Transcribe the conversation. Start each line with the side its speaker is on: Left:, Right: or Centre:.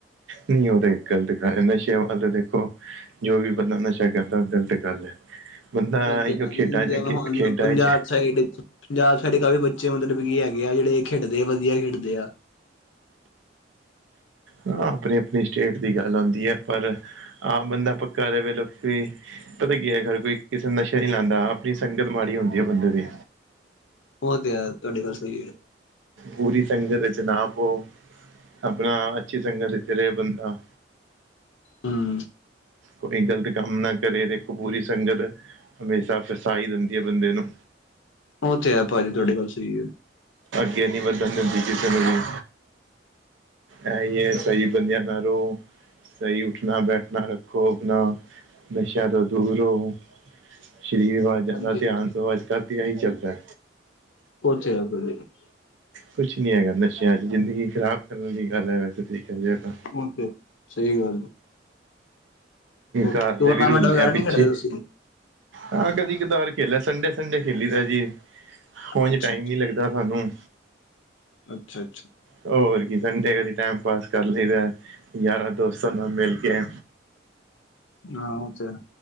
Right: ਨਈ ਓ ਤੇ ਗੱਲ ਐ ਨਸ਼ਿਆਂ ਵੱਲ ਦੇਖੋ ਜੋ ਵੀ ਬੰਦਾ ਨਸ਼ਾ ਕਰਦਾ ਓ ਗਲਤ ਗੱਲ ਐ। ਬੰਦਾ
Left: ਉਹ ਤੇ
Right: ਇੱਕ
Left: ਹੈ
Right: ਖੇਡਾਂ
Left: ਨੀ
Right: ਚ
Left: ਜਿਵੇਂ
Right: ਅੱਗੇ,
Left: ਹੁਣ
Right: ਖੇਡਾਂ
Left: ਪੰਜਾਬ
Right: ਚ
Left: ਸਾਈਡ ਪੰਜਾਬ ਸਾਈਡ ਕਾਫੀ ਬੱਚੇ ਮਤਲਬ ਕੀ ਹੈਗੇ ਆ ਜੇੜੇ ਖੇਡਦੇ ਵਦੀਆ ਖੇਡਦੇ ਆ।
Right: ਹਾਂ, ਆਪਣੀ-ਆਪਣੀ ਸਟੇਟ ਦੀ ਗੱਲ ਹੂੰਦੀ ਐ ਪਰ ਆਮ ਬੰਦਾ ਪੱਕਾ ਰਵੇ ਲੋਕੀ ਪਤਾ ਕੀ ਐ ਹਰ ਕੋਈ ਕਿਸੇ ਨੂੰ ਨਸ਼ਾ ਨਈ ਲਾਂਦਾ ਆਪਣੀ ਸੰਗਤ ਮਾੜੀ ਹੁੰਦੀ ਐ ਬੰਦੇ ਦੀ।
Left: ਓ ਤੇ ਹੈ ਤੁਆਡੀ ਗੱਲ ਸਈ ਐ।
Right: ਬੁਰੀ ਸੰਗਤ ਚ ਨਾ ਪਓ ਆਪਣਾ ਅੱਛੀ ਸੰਗਤ ਵਿੱਚ ਰਏ ਬੰਦਾ।
Left: ਹੂੰ।
Right: ਕੋਈ ਗ਼ਲਤ ਕੰਮ ਨਾ ਕਰੇ ਦੇਖੋ ਬੁਰੀ ਸੰਗਤ ਹਮੇਸ਼ਾ ਫੱਸਾ ਈ ਦਿੰਦੀ ਐ ਬੰਦੇ ਨੂੰ।
Left: ਓ ਤੇ ਹੈ ਭਾਜੀ ਤੁਆਡੇ ਗੱਲ ਸਈ ਏ।
Right: ਜਿੱਦ ਨੀ ਵਧਣ ਦਿੰਦੀ ਕਿਸੇ ਨੂੰ ਵੀ, ਐ ਈ ਹੈ ਸਈ ਬੰਦਿਆ ਨਾਲ ਰਓ। ਸਈ ਉੱਠਣਾ ਬੈਠਣਾ ਰੱਖੋ ਆਪਣਾ ਨਸ਼ਿਆਂ ਤੋਂ ਦੂਰ ਰਓ ਸ਼ਰੀਰ ਵੱਲ ਜ਼ੈਦਾ
Left: ਹਾਂਜੀ ਹਾਂਜੀ
Right: ਧਿਆਨ ਦੋ ਅੱਜ ਕੱਲ੍ਹ ਤਾਂ ਐਈ ਚੱਲਦਾ।
Left: ਓ ਤੇ ਹੈ <unintelligible>
Right: ਕੁਛ ਨੀ ਹੈਗਾ ਨਸ਼ਿਆਂ ਚ ਜ਼ਿੰਦਗੀ ਖ਼ਰਾਬ ਕਰਨ ਦੀ ਗੱਲ ਐ ਵੈਸੇ ਦੇਖਿਆ ਜਾਏ ਤਾਂ।
Left: ਓ ਤੇ ਸਈ ਗੱਲ। ਹੈ
Right: ਘਰ
Left: ਟੂਰਨਾਮੈਂਟ
Right: ਦੇ ਵੀ ਰੁਲਦੇ
Left: ਵਗੈਰਾ
Right: ਆ
Left: ਨਹੀਂ
Right: ਪਿੱਛੇ।
Left: ਖੇਡਦੇ ਤੁਸੀਂ
Right: ਹਾਂ, ਕਦੀ ਕਦਾਰ ਖੇਲਿਆ ਸੰਡੇ-ਸੰਡੇ ਖੇਲੀ ਦਾ ਜੀ। ਓਂਜ
Left: ਅੱਛਾ
Right: ਟਾਈਮ
Left: ਅੱਛਾ
Right: ਨੀ ਲੱਗਦਾ ਸਾਨੂੰ।
Left: ਅੱਛਾ ਅੱਛਾ।
Right: ਹੋਰ ਕੀ ਸੰਡੇ ਕਦੀ ਟੈਮ ਪਾਸ ਕਰ ਲਈਦਾ, ਯਾਰਾਂ ਦੋਸਤਾਂ ਨਾਲ ਮਿਲ ਕੇ
Left: ਹਾਂ ਓ ਤੇ ਹੈ।